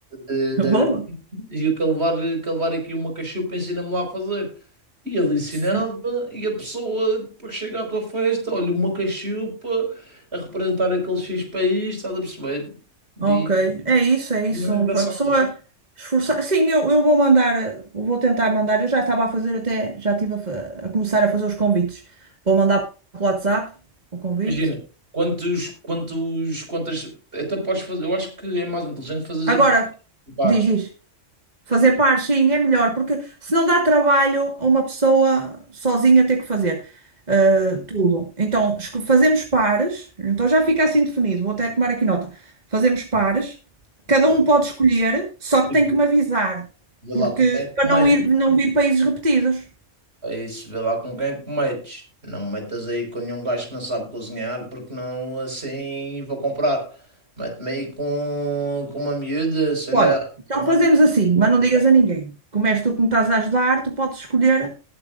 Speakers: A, on the right (about 55°); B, on the right (about 35°).
A: de-
B: <laughs>
A: de-
B: boa.
A: E eu quero levar, quero levar aqui uma cachupa, ensina-me lá a fazer. E ele ensinava,
B: Sim,
A: e a pessoa depois chega à tua festa, olha, uma cachupa a representar aquele X país, estás a perceber?
B: ok.
A: E
B: É isso, é
A: não
B: isso. A
A: é engraçado.
B: pessoa esforçar. Sim, eu, eu vou mandar, eh, vou tentar mandar. Eu já estava a fazer até, já estive a, fa- a começar a fazer os convites. Vou mandar pelo WhatsApp o convite.
A: Imagina, quantos, quantos, quantas. Até podes fazer, eu acho que é mais inteligente fazer
B: Agora,
A: em pares.
B: diz, diz. Fazer par, sim, é melhor, porque se não dá trabalho a uma pessoa sozinha ter que fazer eh, tudo. Então, esco- fazemos pares, então já fica assim definido, vou até tomar aqui nota. Fazemos pares, cada
A: É.
B: um pode escolher, só que
A: E
B: tem
A: Vê
B: que me avisar,
A: vê
B: porque
A: lá com quem
B: para
A: cometes.
B: não ir, não vir países repetidos.
A: É isso, vê lá com quem cometes. Não me metas aí com nenhum gajo que não sabe cozinhar, porque não assim vou comprar. Mete-me aí com, com uma miúda, sei
B: Olha,
A: lá,
B: então
A: uma
B: fazemos
A: amiga.
B: assim,
A: tua,
B: mas não
A: uma
B: digas
A: namorada.
B: a ninguém. Como és tu que me estás a ajudar, tu podes escolher